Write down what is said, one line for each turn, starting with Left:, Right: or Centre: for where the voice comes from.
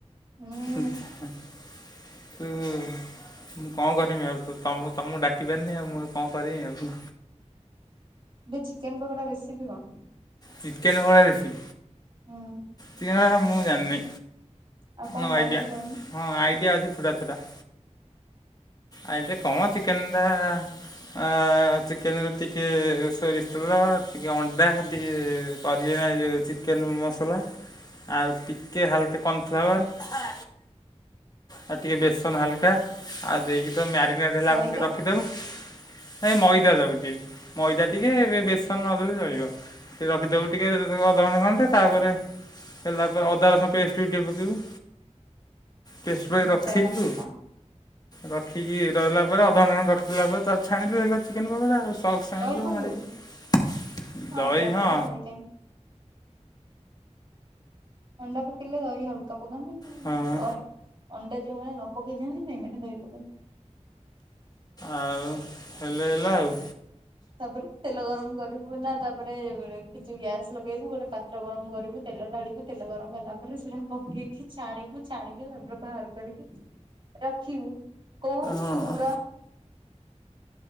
Right: ହୁଁ।
Left: ହ ହଁ। ହୁଁ। ମୁଁ କଣ କରିବମି ଆଉ ତ ତମକୁ ଡାକି ପାରିନି ଆଉ ମୁଁ କଣ କରମି ଆଉ
Right: ଏ ଚିକେନ ପକୋଡ଼ା ରେସିପି କ
Left: ଚିକେନ୍ ପକୋଡା ରେସିପି
Right: ହୁଁ।
Left: ସେଣ ମୁଁ ଜାଣିନି
Right: ଆଉ କଣ
Left: ନୋ
Right: ଜାଣିଛୁ
Left: ଆଇଡ଼ିଆ
Right: କହୁନୁ
Left: ହଁ ଆଇଡ଼ିଆ ଅଛି ଛୋଟା ଛୋଟା ଆଇ କଣ ଚିକନ୍ ଟା ଆ ଚିକେନ ରେ ଟିକେ ସୋରିଷତେଲ ଟିକେ ଅଣ୍ଡା ଟିକେ ପାରିବେ ନାାଇଁ ଯଉଁ ଚିକେନ ମସଲା ଆଉ ଟିକେ ହାଲକା କର୍ନଫ୍ଲାୱାର ଆଉ ଟିକେ ବେସନ ହାଲକା ଆଉ ଦେଇକି ମ୍ୟାରିନେଟ ହେଲା
Right: ମଇଦା
Left: ଏ ରଖିଦବୁ ନାଇ ମଇଦା ଦବୁ ଟିକେ ମଇଦା ଟିକେ ଏବେ ବେଶୀ ନଦେଲେ ଚଳିବ ଟିକେ ରଖିଦବୁ ଟିକେ ଅଧଘଣ୍ଟ ଘଣ୍ଟେ ତାପରେ ହେଲା ତା ପରେରେ ଅଦା ରସ ପେଷ୍ଟ ବି ଟିକେ ପକେଇବୁ ପେଷ୍ଟ ପାଇଁ
Right: କଞ୍ଚା
Left: ରଖିଲୁ
Right: ଲଙ୍କା
Left: ରଖିକି ରହିଲା ପରେ ଅଧଘଣ୍ଟା ଖଣ୍ଟେ ରଖିିଦେଲା ପରେ ତା ଛାଣିଲୁ ହେଲା ଚିକେନ ପକୋଡା ଆ <unintelligible> ସସଣିଲୁ
Right: ଦହି ପଡିବନି
Left: ମା ଦହି
Right: ଅଣ୍ଡା ପଡିବ
Left: ହଁ
Right: ଦହି କାଇଁ ଥଣ୍ଡା ପକେଇିଲଲେ ଦହି ହଲକା ପକାନ୍ତ
Left: ହଁ
Right: ଦହି ଅଣ୍ଡା ଯୋଉ ମାନେ ନ ପକେଇଥାନ୍ତି ସେଇ ମାନେ ଦହି ପକାନ୍ତି।
Left: ଆଉ ହେଲେ ହେଲା ଆଉ
Right: ତାପରେ ତେଲ ଗରମ କରିବୁ ନା ତାପରେ କିଛି ଗ୍ୟାସ୍ ଲଗେଇବୁ ଗୋଟେ ପାତ୍ର ଗରମ କରିବୁ ତେଲ ଢାଳିବୁ ତେଲ ଗରମ ହେଲା ପରେ ସେଟା ପକେଇକି ଛାଣିବୁ ଚାଣିକି ତାପରେ ବାହାର କରିକି ରଖିବୁ କହୁନୁ
Left: ହଁ
Right: ପୁରା